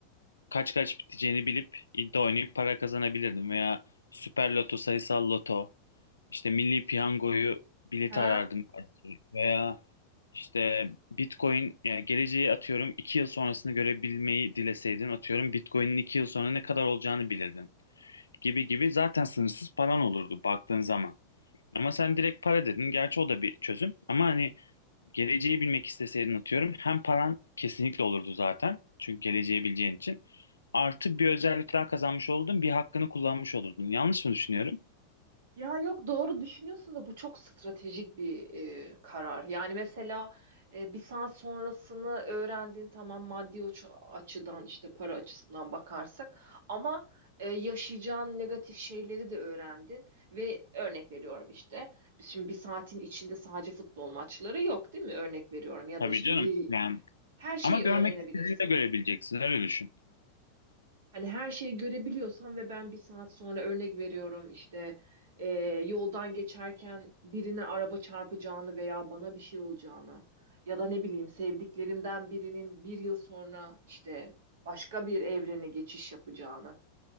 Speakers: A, on the left; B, on the right.
A: kaç kaç biteceğini bilip iddia oynayıp para kazanabilirdim veya Süper Loto, sayısal loto, işte Milli Piyango'yu bilet
B: Ha.
A: arardım belki. veya işte Bitcoin yani geleceği atıyorum 2 yıl sonrasını görebilmeyi dileseydin atıyorum Bitcoin'in iki yıl sonra ne kadar olacağını bilirdin gibi gibi zaten sınırsız paran olurdu baktığın zaman. Ama sen direkt para dedin. Gerçi o da bir çözüm. Ama hani geleceği bilmek isteseydin atıyorum hem paran kesinlikle olurdu zaten. Çünkü geleceği bileceğin için. Artı bir özellik daha kazanmış olurdun. Bir hakkını kullanmış olurdun. Yanlış mı düşünüyorum?
B: Ya yok doğru düşünüyorsun da bu çok stratejik bir e, karar. Yani mesela e, bir saat sonrasını öğrendiğin tamam maddi uç- açıdan işte para açısından bakarsak ama e, yaşayacağın negatif şeyleri de öğrendin ve örnek veriyorum işte biz şimdi bir saatin içinde sadece futbol maçları yok değil mi? Örnek veriyorum ya
A: Tabii
B: da işte
A: canım.
B: bir
A: Yani
B: her şeyi
A: ama görmek
B: öğrenebilirsin.
A: istediğinde görebileceksin. Öyle düşün.
B: Hani her şeyi görebiliyorsam ve ben bir saat sonra örnek veriyorum işte e, yoldan geçerken birine araba çarpacağını veya bana bir şey olacağını ya da ne bileyim sevdiklerimden birinin bir yıl sonra işte başka bir evrene geçiş yapacağını